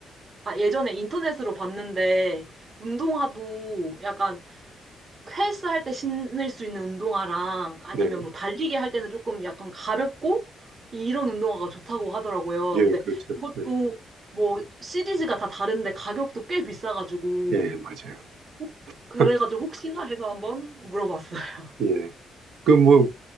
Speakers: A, on the right (about 35°); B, on the right (about 70°).
A: 아, 예전에 인터넷으로 봤는데, 운동화도 약간 헬스 할 때 신을 수 있는 운동화랑 아니면
B: 네.
A: 뭐 달리기 할 때는 조금 약간 가볍고 이런 운동화가 좋다고 하더라고요.
B: 예,
A: 근데
B: 그렇죠.
A: 그것도
B: 네.
A: 뭐 시리즈가 다 다른데 가격도 꽤 비싸가지고,
B: 예, 맞아요.
A: 혹- 그래가지고
B: <laughs>
A: 혹시나 해서 한번 물어봤어요. <laughs>
B: 예. 그 뭐,